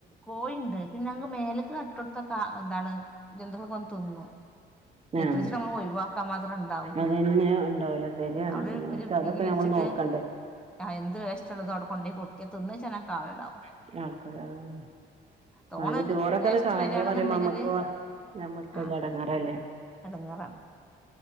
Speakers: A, in the centre; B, on the right.
A: കോഴിണ്ട് പിന്നെ ഞങ്ങക്ക് മേലേക്ക് അ ഇട്ടെടുത്താ കാ എന്താണ് തിന്നും എത്ര
B: ആഹ്
A: ശ്രമിച്ചിട്ടും നമ്മൾ ഒഴിവാക്കാൻ മാത്രം ഉണ്ടാവൂല
B: അതന്നെ ഉണ്ടാവൂല ശരിയാണ്
A: അവിടെ
B: നമ്മക്ക്
A: ഒരു
B: അതൊക്കെ
A: വിരിച്ചിട്ട്
B: നമ്മള് നോക്കണ്ടേ
A: എന്ത് വേസ് റ്റ് ഉള്ളതും അവിടെ കൊണ്ട് തട്ടിയാ തിന്ന് <unintelligible> ക്കാള്ണ്ടാകും <unintelligible>
B: എന്തൊരു ആൾക്കാരാ ന്നാലും
A: തോനെ
B: ചോറൊക്കെ
A: വേസ്റ്റ്
B: കാളയാപറയുമ്പോ
A: വരാണെന്നുണ്ടെങ്കില്
B: നമ്മക്ക് ഞമ്മക്കല്ലേ
A: ആഹ്
B: എടങ്ങാറല്ലേ
A: എടങ്ങേറാണ്